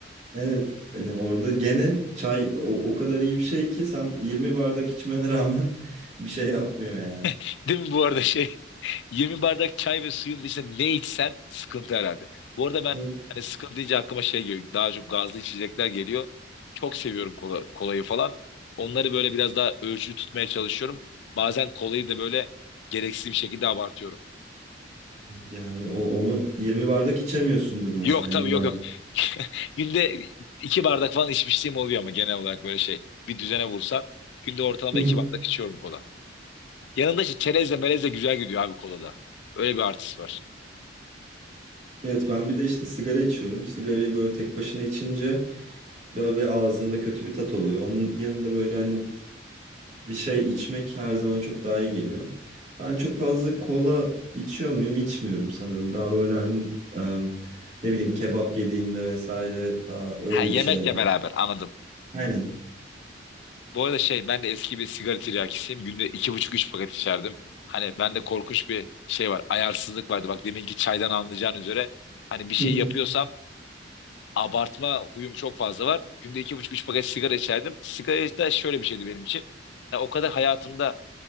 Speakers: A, on the right; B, on the left.
A: evet hani orada gene çay o, o kadar iyi bir şey ki sen 20 bardak içmene rağmen <laughs> bir şey yapmıyor yani.
B: <laughs> değil mi bu arada şey <laughs> 20 bardak çay ve suyun dışında ne içsen sıkıntı herhalde. Bu arada ben
A: Tabii.
B: hani sıkıntı deyince aklıma şey geliyor. Daha çok gazlı içecekler geliyor. Çok seviyorum kola, kolayı falan. Onları böyle biraz daha ölçülü tutmaya çalışıyorum. Bazen kolayı da böyle gereksiz bir şekilde abartıyorum.
A: Yani o onu 20 bardak içemiyorsundur mesela
B: Yok
A: 20
B: tabii yok
A: bardak.
B: yok. <laughs> Günde iki bardak falan içmişliğim oluyor ama genel olarak böyle şey. Bir düzene vursan günde ortalama
A: Hı hı.
B: iki bardak içiyorum kola. Yanında işte çerezle melezle güzel gidiyor abi kolada. Öyle bir artısı var.
A: Evet ben bir de işte sigara içiyorum. Sigarayı böyle tek başına içince böyle bir ağzında kötü bir tat oluyor. Onun yanında böyle hani bir şey içmek her zaman çok daha iyi geliyor. Ben çok fazla kola içiyor muyum? İçmiyorum sanırım. Daha böyle hani em, ne bileyim kebap yediğimde vesaire daha öyle
B: Ha yemekle
A: bir şeyler.
B: beraber anladım.
A: Aynen.
B: Bu arada şey ben de eski bir sigara tiryakisiyim. Günde iki buçuk üç paket içerdim. Hani bende korkunç bir şey var. Ayarsızlık vardı. Bak deminki çaydan anlayacağın üzere. Hani bir şey
A: Hı hı.
B: yapıyorsam abartma huyum çok fazla var. Günde iki buçuk üç paket sigara içerdim. Sigara da şöyle bir şeydi benim için. Ya o kadar hayatımda